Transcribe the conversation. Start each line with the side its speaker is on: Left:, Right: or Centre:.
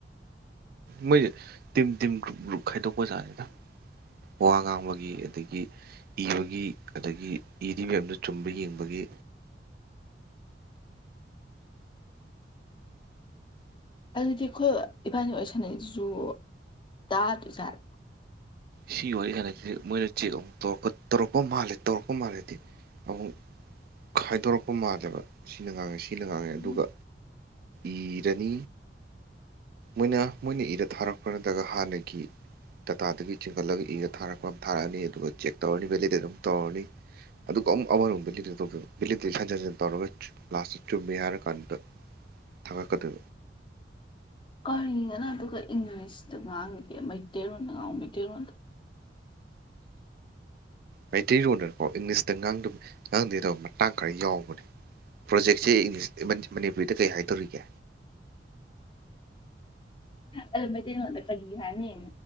Right: ꯃꯣꯏꯁꯦ ꯇꯤꯝ ꯇꯤꯝ ꯒ꯭ꯔꯨꯞ ꯒ꯭ꯔꯨꯞ ꯈꯥꯏꯗꯣꯛꯄꯖꯥꯠꯅꯤꯗ ꯋꯥ ꯉꯥꯡꯕꯒꯤ ꯑꯗꯒꯤ ꯏꯕꯒꯤ ꯑꯗꯒꯤ ꯏꯔꯤꯕ ꯃꯌꯥꯝꯗꯨꯣ ꯆꯨꯝꯕ ꯌꯦꯡꯕꯒꯤ
Left: ꯑꯗꯨꯗꯤ ꯑꯩꯈꯣꯏ ꯏꯕꯥꯅꯤ ꯑꯣꯏ ꯁꯥꯟꯅꯩꯁꯤꯁꯨ ꯇꯥꯗꯣꯏꯖꯥꯔ
Right: ꯁꯤꯒꯤ ꯋꯥꯔꯤ ꯈꯥꯟꯁꯤ ꯃꯣꯏꯅ ꯆꯦꯛ ꯑꯃꯨꯛ ꯇꯧꯛꯄ ꯇꯧꯔꯛꯄ ꯃꯥꯜꯂꯦ ꯇꯧꯔꯛꯄ ꯃꯥꯜꯂꯦꯗꯤ ꯑꯃꯨꯛ ꯈꯥꯏꯗꯣꯔꯛꯄ ꯃꯥꯜꯂꯦꯕ ꯁꯤꯅ ꯉꯥꯡꯉꯁꯤ ꯀꯤꯅ ꯉꯥꯡꯉꯦ
Left: ꯎꯝ
Right: ꯑꯗꯨꯒ ꯏꯔꯅꯤ ꯃꯣꯏꯅ ꯃꯣꯏꯅ ꯏꯔ ꯊꯥꯔꯛꯄ꯭ꯔꯥ ꯅꯠꯇ꯭ꯔꯒ ꯍꯥꯟꯅꯒꯤ ꯗꯇꯥꯗꯒꯤ ꯆꯤꯡꯈꯠꯂꯒ ꯏꯔ ꯊꯥꯔꯛꯄ ꯑꯃ ꯊꯥꯔꯛꯑꯅꯤ ꯑꯗꯨꯒ ꯆꯦꯛ ꯇꯧꯔꯅꯤ ꯚꯦꯂꯤꯗꯦꯠ ꯑꯃ ꯇꯧꯔꯅꯤ ꯑꯗꯨꯒ ꯑꯃꯨꯛ ꯑꯃꯔꯣꯝ ꯚꯦꯗꯦꯠ ꯚꯦꯗꯦꯠ ꯍꯟꯖꯤꯟ ꯍꯖꯤꯟ ꯇꯧꯔꯒ ꯂꯥꯁꯇ ꯆꯨꯝꯃꯦ ꯍꯥꯏꯔꯀꯥꯟꯗ ꯊ ꯈꯗ
Left: ꯀꯔꯤꯅꯅ ꯑꯗꯨꯒ ꯏꯪꯂꯤꯁꯇ ꯉꯥꯡꯉꯒꯦ ꯃꯩꯇꯩꯔꯣꯟꯗ ꯉꯥꯡ ꯃꯩꯇꯩꯔꯣꯟꯗ
Right: ꯃꯩꯇꯩꯔꯣꯟꯗꯅꯀꯣ ꯏꯪꯂꯤꯁꯇ ꯉꯥꯡꯗꯦꯗꯕ ꯃꯇꯥꯡ ꯈꯔ ꯌꯥꯎꯕꯅꯦ ꯄ꯭ꯔꯣꯖꯦꯛ ꯏꯦ ꯏꯪꯂꯤ ꯃꯅꯤꯄꯨꯔꯤꯗ ꯀꯩ ꯍꯥꯏꯗꯧꯔꯤꯒꯦ
Left: ꯑꯗꯨ ꯃꯩꯇꯩꯩꯅꯣꯗ ꯀꯔꯤ ꯍꯥꯏꯅꯤ